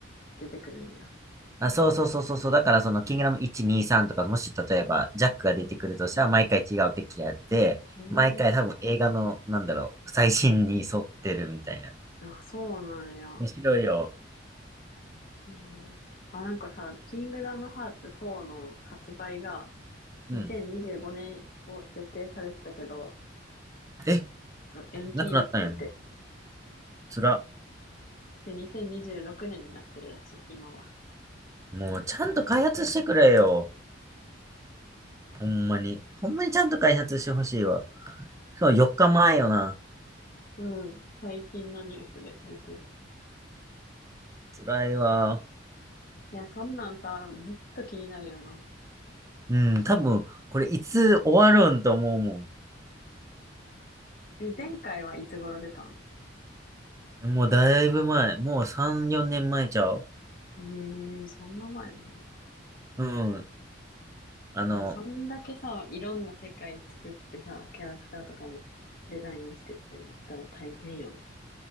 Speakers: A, on the left (about 45°); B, on the right (about 15°).
A: 出てくるんや。
B: あ、そうそうそうそうそう。だからその、キングダム1、2、3とか、もし例えば、ジャックが出てくるとしたら、
A: うん。
B: 毎回違う敵やって、
A: う
B: 毎回多分映画の、なんだろう、最新に沿ってるみたいな。
A: ーん。あ、そうなんや。
B: 面白いよ。
A: へえあ、なんかさ、キングダムハーツ4の発売が
B: うん。
A: 2025年を予定されてたけど、
B: え、
A: 延期になってんて。
B: なくなったんや。つら。
A: で、2026年にじゅうろくねんになってるらしい、今は。
B: もう、ちゃんと開発してくれよ。ほんまに。ほんまにちゃんと開発してほしいわ。そう、4日前よな。
A: うん。最近のニュースで出てる。
B: つらいわ。
A: いや、そんなんさ、ずっと気になるよな。
B: うん、多分、これいつ終わるんと思うも
A: え、前回はいつ頃出たん
B: ん。もうだいぶ前。もう3、4年前ちゃう
A: ええー、そんな前なの
B: うん。あの、
A: でもそんだけさ、いろんな世界作ってさ、キャラクターとかもデザインしてってなったら大変よ